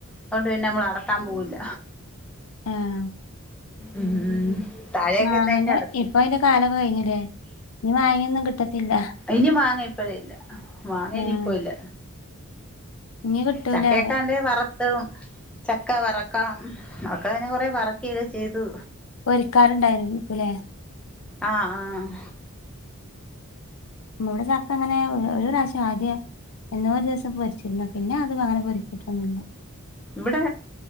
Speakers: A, in the centre; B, on the left (about 70°).
A: അതോണ്ട് പിന്നെ നമ്മൾ അടത്താൻ പോവില്ല
B: ആഹ്
A: ഉം താഴെയൊക്കെ
B: മാങ്ങന്നെ
A: ഇന്നേക്കെ അടത്തി
B: ഇപ്പ അതിന്റെ കാലോ ക്കെ കഴിഞ്ഞല്ലേ ഇനി മാങ്ങേന്നും കിട്ടത്തില്ല
A: ഇനി മാങ്ങ ഇപ്പഴില്ല മാങ്ങ
B: ആഹ്
A: ഇനിയിപ്പൊ ഇല്ല
B: ഇനി കിട്ടൂല
A: ചക്കേക്കണ്ടെ
B: പറയാ
A: വറ് ത്തും ചക്ക വറക്കാം ഒക്ക അങ്ങ നെകൊറേ വറക്കേക്ക ചെയ്തു
B: പൊരിക്കാറുണ്ടായിരുന്നു നിക്കൂലേ
A: ആഹ് ആഹ് ആഹ്
B: നമ്മളിവിടെ ചക്ക അങ്ങനെഒര് ഒരു പ്രാവശ്യം ആദ്യ എന്നോരൂസം പൊരിച്ചിരുന്ന്‌ പിന്നെ അത് അങ്ങനെ പൊരിച്ചിട്ടൊന്നുമില്ല
A: ഇവിടെ